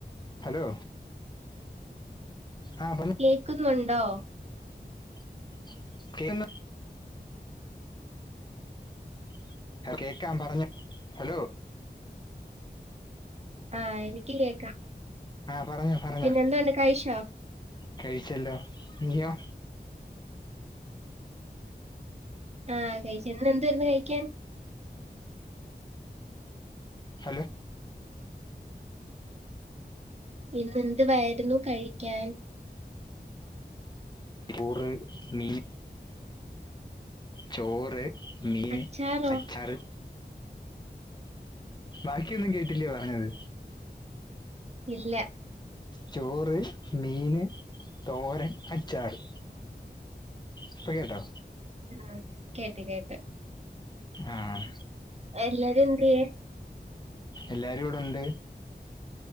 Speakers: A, on the left (about 25°); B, on the right (about 40°).
A: ഹലോ. ആ പറഞ്ഞോ
B: കേക്കുന്നുണ്ടോ.
A: <unintelligible> കേക്കും <inaudible> കേൾക്കാം പറഞ്ഞോ ഹലോ
B: ആഹ എനിക്ക് കേക്കാം.
A: ആ പറഞ്ഞോ പറഞ്ഞോ
B: പിന്നെ എന്തുണ്ട് കഴിച്ചോ
A: കഴിച്ചല്ലോ നീയോ.
B: ആ കഴിച്ചു ഇന്ന് എന്ത് വരുന്നു കഴിക്കാൻ.
A: ഹലോ.
B: ഇന്ന് എന്തുവരു കഴിക്കാൻ.
A: <inaudible> മീൻ ചോറ് മീന്
B: അച്ചാറോ
A: അച്ചാറ്. ബാക്കി ഒന്നും കേട്ടില്യയോ പറഞ്ഞത്.
B: ഇല്ല
A: ചോറ് മീന് തോരൻ അച്ചാറ് ഇപ്പൊ കേട്ടോ?
B: ആഹ കേട്ട് കേട്ട്
A: ആഹ.
B: എല്ലാരും എന്ത്യ?
A: എല്ലാരും ഇവിടെണ്ട്.